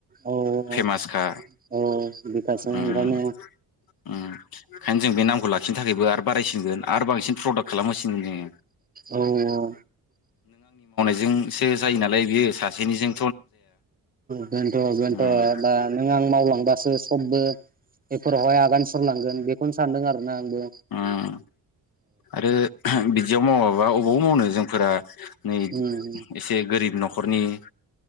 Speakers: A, on the right (about 20°); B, on the left (about 55°).
A: औ औ
B: फेमासखा
A: औ बिखा सिंनिफ्रायनो
B: उम उम ओंखायनो जों बे नामखौ लाखिनो थाखायबो आरो बारायसिनगोन आरो बांसिन प्रडाक्ट खालामहोसिनगोन जोङो
A: औ औ
B: जोंसो जायो नालाय बियो सासेनिजों
A: बेनथ' बेनथ'
B: उम
A: दा नों आं मावलांबा सो सबबो बेफोरावहाय आगान सुरलांगोन बेखौनो सानदों आरो नांगौ
B: उम आरो बिदियाव मावाबा अबाव मावनो जोंफोरा नै
A: उम
B: एसे गोरिब न'खरनि उम